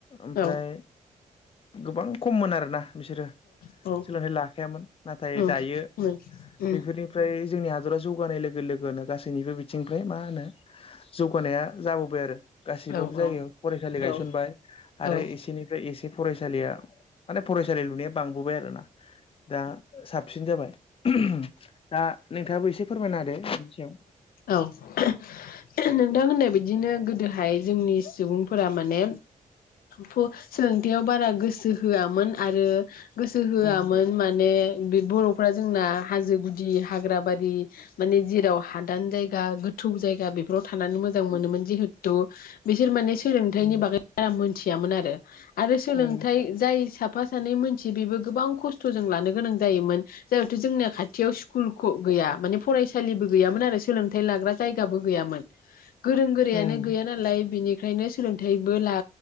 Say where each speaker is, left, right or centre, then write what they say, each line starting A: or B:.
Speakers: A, on the left; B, on the left.
A: ओमफ्राय
B: औ
A: गोबां खममोन आरोना बिसोरो
B: औ
A: सोलोंथाइ लाखायामोन नाथाय
B: उम
A: दायो
B: उम उम
A: बेफोरनिफ्राय जोंनि हा दोरा जौगानाय लोगो लोगोन गासैनिबो बिथिंनिफ्राय मा होनो जौगानाया जाबोबाय आरो गासिबबो
B: औ
A: जायगायाव फरायसालि गायसनबाय
B: औ
A: आरो
B: औ औ
A: एसेनिफ्राय एसे फरायसालिया माने फरायसालि लुनाया बांबोबाय आरो ना दा‌ साब सिन जाबाय। <unintelligible> दा नोंथाङाबो एसे फोरमायना होदो बिनि सायाव
B: औ <unintelligible> नोंथां होननाय बायदिनो गोद हाय जोंनि सुबुंफोरा माने फु सोलोंथायाव बारा गोसो होआमोन आरो गोसो होआमोन
A: उम
B: माने बे बर' जोंना हाजो गुदि हाग्राबारि माने जेराव हा दान जायगा गोथौ जायगा बेफोरआव थानानै मोजां मोनो मोन जिहेतु बिसोर माने सोलोंथाइनि
A: उम
B: बागै बारा मोन थियामोन आरो आरो सोलोंथाइ
A: उम
B: जाय साफा सानै मानसि बेबो गोबां खस्थ जों लानो गोनां जायोमोन जाहाथे जोंना खा थियाव स्कुल ख गैया माने फराइसालिबो गैयामोन आरो सोलोंथाइ लाग्रा जायगाबो गैयामोन । गोरों गोरायानो
A: उम
B: गैया नालाय बिनि खायनो सोलोंथाइबो ला